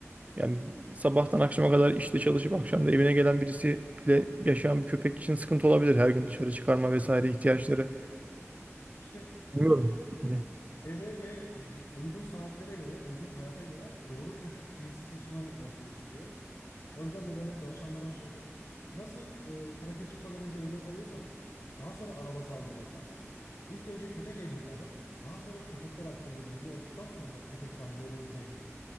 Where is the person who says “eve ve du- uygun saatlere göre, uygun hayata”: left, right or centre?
Left